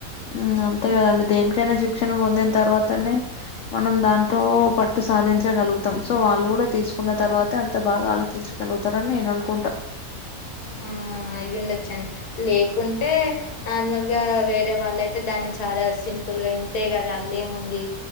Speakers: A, on the left (about 65°); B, on the left (about 80°).
A: ఉమ్ అంతే కదండి దేనికైనా శిక్షణ పొందిన తర్వాతనే మనం దాంతో పట్టు సాధించగలుగుతాం సో వాళ్ళు కూడా తీసుకున్న తర్వాతే అంత బాగా ఆలోచించగలుగుతారని నేను అనుకుంటా
B: ఉమ్ ఆ అయ్యుండొచ్చు లేకుంటే నార్మల్గా వేరే వాళ్ళయితే దాన్ని చాలా సిం సింపుల్గా ఇంతే కద అల్ ఏముంది